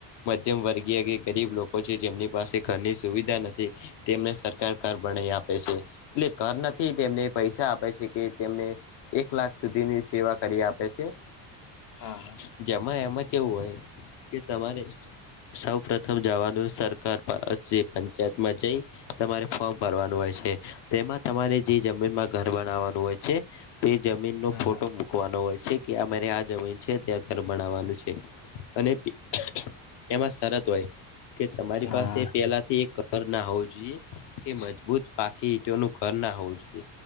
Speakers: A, on the left (about 60°); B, on the left (about 45°).
A: મધ્યમ વર્ગીય કે ગરીબ લોકો છે. જેમની પાસે ઘરની સુવિધા નથી. તેમને સરકાર કાર બનાઈ આપે છે. એટલે ઘર નથી તેમને પૈસા આપે છે કે તેમને એક લાખ સુધીની સેવા કરી આપે છે
B: હા હા.
A: જેમાં એમાં કેવું હોય કે તમારે સૌ પ્રથમ જવાનું સર <unintelligible> પંચાયતમાં જઈ તમારે ફોર્મ ભરવાનું હોય છે. તેમાં તમારે જે જમીનમાં ઘર બનાવવાનું હોય છે તે જમીનનો
B: હા
A: ફોટો મુ કવાનો હોય છે કે અમારે આ જમીન છે ત્યાં ઘર બનાવવાનું છે અને પી એમાં શરત હોય કે તમારી
B: હા
A: પાસે પેલાથી એક ઘરનાં હોવું જોઈએ કે મજબૂત પાકી ઈટોનું ઘરનાં હોવું જોઈએ.